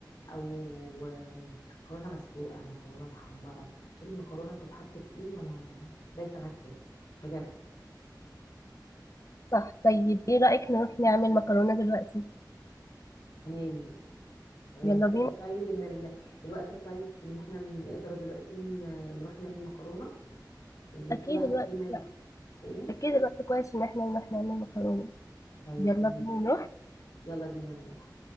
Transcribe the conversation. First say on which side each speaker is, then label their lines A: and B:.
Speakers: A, on the left; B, on the left.
A: او أم، مكرونه مسلوقه مكرونه محمره شوفي المكرونه بتتحط في ايه وانا دايسه معاكي فيها بجد
B: صح طيب إيه رأيك نروح نعمل مكرونة دلوقتي
A: تمام تمام
B: يلا
A: انت
B: بينا
A: شايفه طيب ان ال... الوقت كويس ان احنا نقدر دلوقتي ن... نروح نعمل مكرونه وكل
B: أكيد
A: واحد
B: الوقت
A: فينا ي-
B: لا
A: ايه
B: أكيد الوقت كويس إن إحنا نروح نعمل مكرونة
A: طيب
B: يلا
A: تمام
B: بينا
A: يلا بينا نروح